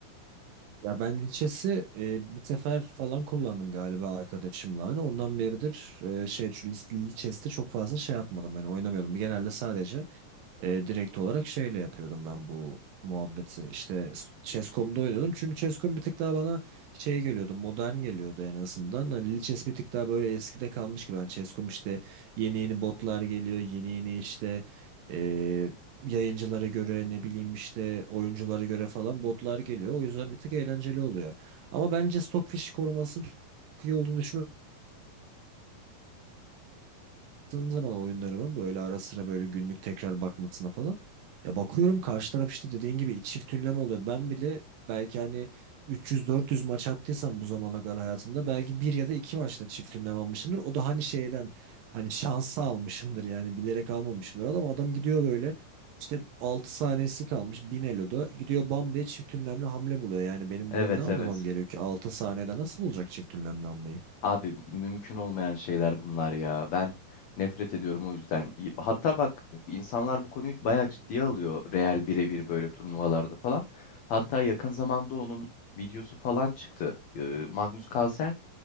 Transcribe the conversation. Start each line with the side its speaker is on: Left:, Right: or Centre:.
Right: Ya ben Lichess'i e, bir sefer falan kullandım galiba arkadaşımla. Hani ondan beridir e, şey, şu Lichess'te çok fazla şey yapmadım. Hani oynamıyordum. Genelde sadece E, direkt olarak şeyle yapıyordum ben bu muhabbeti. İşte Chess.com'da oynuyordum. Çünkü Chess.com bir tık daha bana şey geliyordu, modern geliyordu en azından. Hani Lil Chess bir tık daha böyle eskide kalmış gibi. Hani Chess.com işte yeni yeni botlar geliyor, yeni yeni işte e, yayıncılara göre ne bileyim işte oyunculara göre falan botlar geliyor. O yüzden bir tık eğlenceli oluyor. Ama bence Stockfish korumasının çok iyi olduğunu düşünmüyorum baktığım zaman oyunlarımın böyle ara sıra böyle günlük tekrar bakmasına falan ya bakıyorum karşı taraf işte dediğin gibi çift ünleme oluyor. Ben bile belki hani 300-400 maç attıysam bu zamana kadar hayatımda belki bir ya da iki maçta çift ünlem almışımdır. O da hani şeyden hani şansa almışımdır yani bilerek almamışımdır. Adam adam gidiyor böyle işte 6 saniyesi kalmış 1000 eloda gidiyor bam diye çift ünlemli hamle buluyor. Yani benim
Left: Evet
Right: burada ne anlamam
Left: evet.
Right: gerekiyor ki 6 saniyede nasıl bulacak çift ünlemli hamleyi?
Left: Abi mümkün olmayan şeyler bunlar ya. Ben nefret ediyorum o yüzden. Y- Hatta bak insanlar bu konuyu bayağı ciddiye alıyor. Real birebir böyle turnuvalarda falan. Hatta yakın zamanda onun videosu falan çıktı. Ee, Magnus Carlsen